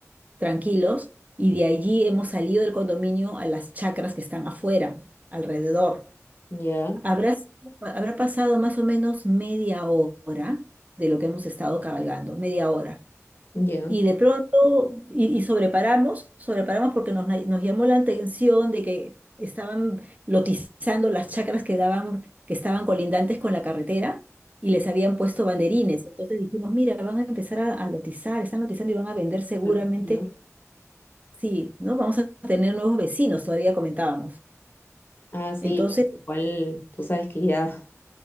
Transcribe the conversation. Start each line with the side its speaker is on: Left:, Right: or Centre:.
Right: tranquilos, y de allí hemos salido del condominio a las chacras que están afuera, alrededor.
Left: Ya,
Right: Habrá, sido- habrá pasado más o menos media hora de lo que hemos estado cabalgando, media hora.
Left: ya,
Right: Y de pronto, y, y sobreparamos, sobreparamos porque nos, nos llamó la atención de que estaban lotizando las chacras que daban, que estaban colindantes con la carretera y les habían puesto banderines. Entonces dijimos, mira, van a empezar a, a lotizar, están lotizando y van a vender seguramente
Left: claro, ya.
Right: Sí, ¿no? Vamos a tener nuevos vecinos, todavía comentábamos.
Left: Ah, sí,
Right: Entonces,
Left: bueno, igual tú sabes que ya.